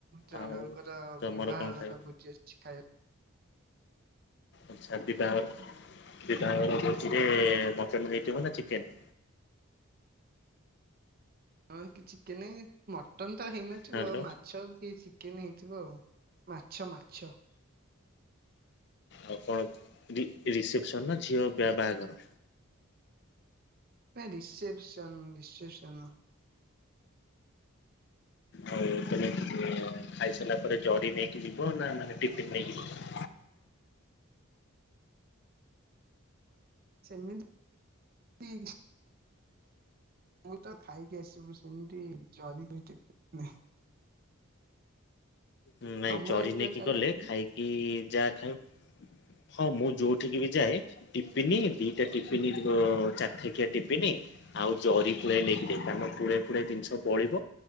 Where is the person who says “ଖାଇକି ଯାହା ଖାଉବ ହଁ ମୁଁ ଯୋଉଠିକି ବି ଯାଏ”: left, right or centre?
Left